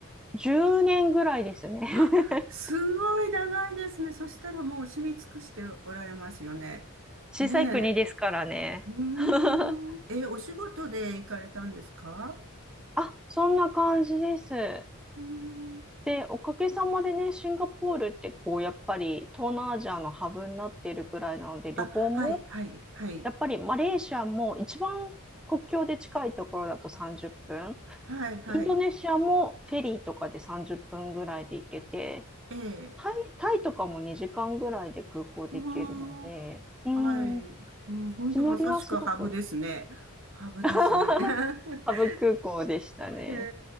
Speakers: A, in the centre; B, on the right (about 60°).
A: 10年ぐらいですね。<laughs>
B: あ、すごい長いですね。そしたらもう知り尽くしておられますよね。
A: 小さい国ですからね。
B: ねえ。うー
A: <laughs>
B: ん、え、お仕事で行かれたんですか
A: あ、そんな感じです。
B: うーん
A: で、おかげさまでね、シンガポールってこう、やっぱり東南アジアのハブになっているぐらいなので、
B: あ、
A: 旅行も、
B: はい、はい、はい、
A: やっぱりマレーシアも一番国境で近いところだと30分、
B: はい、はい、
A: インドネシアもフェリーとかで30分ぐらいで行けて、
B: ええ、
A: タイ、タイとかも2時間ぐらいで空港で行けるので、
B: うーん、
A: うん、
B: はい、うん、ほんとまさしくハブですね。
A: 地乗りはすごく
B: ハブですね。
A: <laughs>
B: <laughs>
A: ハブ空港でしたね。
B: へ